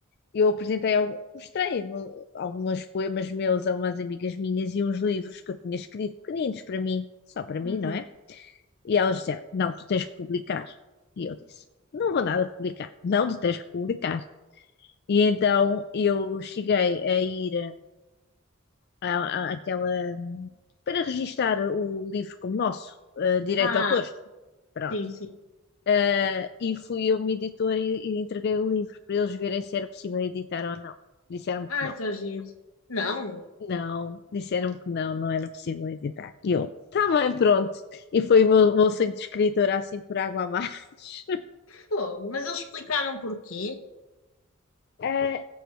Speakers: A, on the left; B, on the left.
A: eu apresentei, algum- mostrei alguns poemas meus a umas amigas minhas e uns livros que eu tinha escrito, pequeninos para mim, só para mim,
B: Uhum.
A: não é? E elas disseram: Não, tu tens que publicar. E eu disse: Não vou nada publicar. Não, tu tens que publicar. E então eu cheguei a ir à- à- àquela. para registar o livro como nosso, eh, direito
B: Ah,
A: de autor. Pronto.
B: sim, sim.
A: Eh, e fui a uma editora e, e entreguei o livro para eles verem se era possível editar ou não. Disseram-me que
B: Ai,
A: não.
B: está giro. Não,
A: Não, disseram que não, não era possível editar. E eu, tá bem, pronto. E foi o meu, meu sonho de escritora, assim, por água abaixo. <laughs>
B: Pô, mas eles explicaram porquê.
A: Eh,